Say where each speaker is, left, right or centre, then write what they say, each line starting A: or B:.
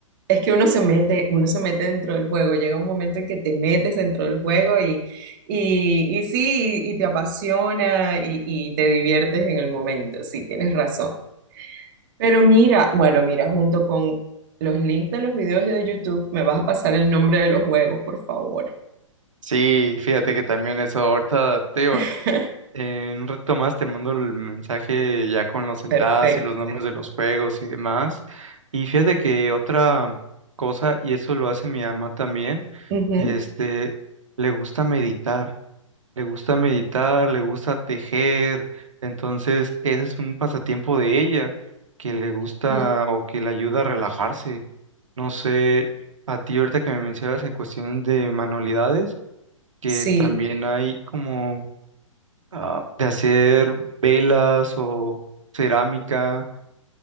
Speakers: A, on the right; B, on the right.
A: Es que uno se mete, uno se mete dentro del juego. Llega un momento en que te metes dentro del juego y, y, y sí, y, te apasiona y, y te diviertes en el momento. Sí, tienes razón. Pero mira, bueno, mira, junto con los links de los videos de YouTube, me vas a pasar el nombre de los juegos, por favor.
B: Sí, fíjate que también eso, ahorita te digo,
A: <laughs>
B: en un rato más te mando el mensaje ya con los enlaces
A: Perfecto.
B: y los nombres de los juegos y demás. Y fíjate que otra cosa, y eso lo hace mi mamá también,
A: Ujú.
B: este, le gusta meditar, le gusta meditar, le gusta tejer. Entonces, ese es un pasatiempo de ella que le gusta
A: Y-
B: o que le ayuda a relajarse. No sé, a ti ahorita que me mencionas en cuestión de manualidades, que
A: Sí,
B: también hay como ah, de hacer velas o cerámica.